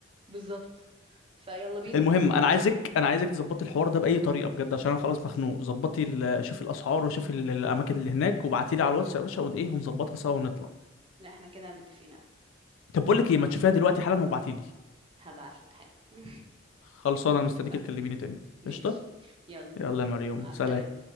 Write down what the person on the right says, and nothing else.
بالظبط فيلا بينا
لا احنا كده متفقين اوي
هبعتلك حالا <laughs>
اتفقنا
ماشي
يلا
مع السلامة